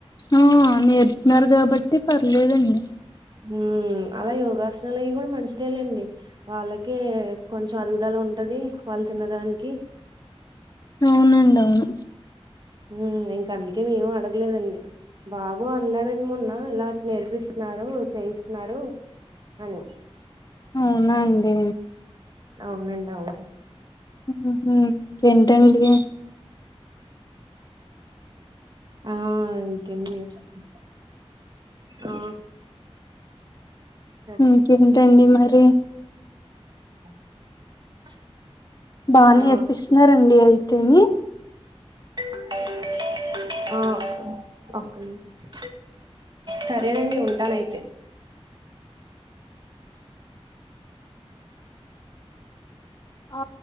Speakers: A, on the left; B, on the right.
A: ఆ నేర్పినారు కాబట్టి పర్లేదండి.
B: ఊ అలా యోగాసనాలు అయ్ కూడా మంచిదేలేండి వాళ్ళకే కొంచెం అరుగుదల ఉంటదీ వాళ్ళు తిన్నదానికీ
A: అవునండి అవును
B: ఊ ఇంక అందుకే మేము అడగలేదండి బాబో అన్నాడని మొన్నా ఇలా నేర్పిస్తున్నారు చేయిస్తున్నారు అనీ
A: అవునా అండి
B: అవునండి అవును
A: ఊహు ఇంకేంటండి
B: ఆ ఇంకేం లేదు చెప్పు ఆ సరే
A: ఇంకేంటండి మరీ
B: <unintelligible>
A: బా నేర్పిస్తున్నారండి
B: ఆ
A: అయితేనీ
B: ఆ <unintelligible> ఆ ఒక్క నిమిషం సరేనండి ఉంటానయితే
A: ఆ